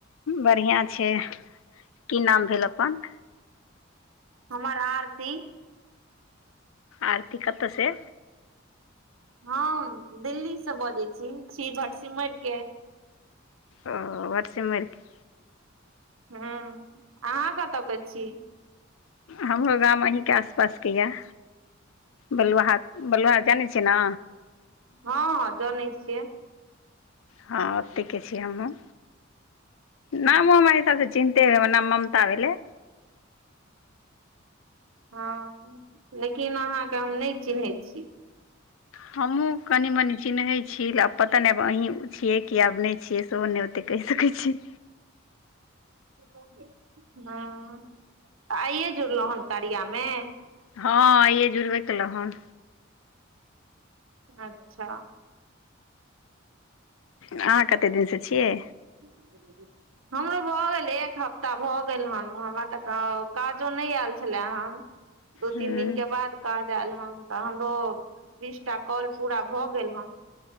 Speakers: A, on the left; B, on the right.
A: बढ़िआँ छै की नाम भेल अपन।
B: हमर आरती।
A: आरती कतऽ से।
B: हम दिल्ली स बजै छी, छी भटसिमैर के।
A: ओ भटसिमैर के।
B: हूं अहाँ कतऽ के छी।
A: हमरो गाम अहींके आसपास के या। बलुआहा -बलुआहा जानै छियै ना।
B: हँ -हँ जनै छियै।
A: हँ ओतेके छीयै हमहुँ। नमो हमरा हिसाब से चिंहते हेबय, हमर नाम ममता भेलै।
B: हँ लेकिन अहाँके हम नइ चिन्हैत छी।
A: हमहूँ कनी -मनी चिन्हैत छी, आब पता नहि आब अहीं छियै कि आब नहि छियै सेहो नहि कहि सकैत छी।
B: ओ। <inaudible> हँ तऽ आइए जुड़लहुँ हन कारिया में।
A: हँ आइये जुड़बे केलउ हन।
B: अच्छा!
A: अहाँ कते दिनसँ छिये।
B: ज <unintelligible> हमरो भऽ गेल एक हफ्ता भऽ गेल हन, हमरा तऽ काजो नहि आयल छला हन। दू -तीन
A: हूँ
B: दिन के बाद काज आयल हन। तऽ हमरो बीस टा कॉल पूरा भऽ गेल हन।